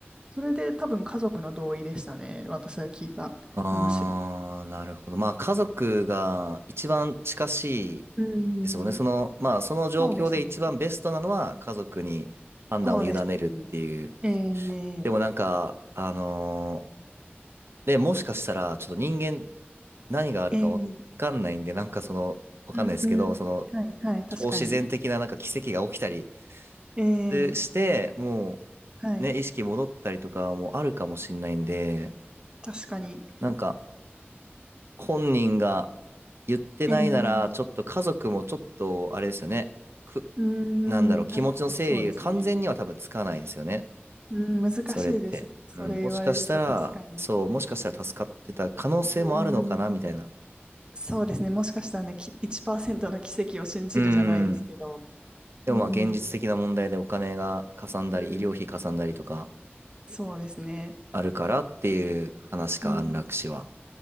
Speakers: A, on the right; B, on the right.
A: それで多分家族の同意でしたね。私が聞いた話は。
B: ああ、なるほど。まあ、家族が一番近しい
A: うん。
B: ですもんね。その、まあ、その状況で一番ベストなのは家族に判断を委ねるっていう。
A: そうですね。そうですね。えー、
B: でもなんか、あのーで、もしかしたら、ちょっと人間何があるかわかんないんで、
A: えー、
B: なんかその、わかんないですけど、
A: うん、
B: その、
A: はい、はい、確かに。
B: 超自然的ななんか奇跡が起きたり
A: えー、
B: すして、も
A: はい、
B: う、ね、意識戻ったりとかもあるかもしんないんで、
A: 確かに。
B: なんか、本人が言ってないなら、
A: えー、
B: ちょっと家族もちょっと、あれですよね。く、
A: うん、
B: なんだろう、気持ちの整理が完全には多分つかないですよね。
A: 確かにそうですね。うん、難しいですね。
B: それって。
A: それ言われると確かに。
B: うん、もしかしたら、そう、もしかしたら助かってた可能性もあるのかな、
A: うーん。
B: みたいな。
A: そうですね。もしかしたらね、き1%の奇跡を信じるじゃないですけど。
B: うん。でもまあ現実的な問題でお金がかさんだり、
A: うん。うん。
B: 医療費かさんだりとか
A: そうですね。
B: あるからっていう話か、
A: うん。
B: 安楽死は。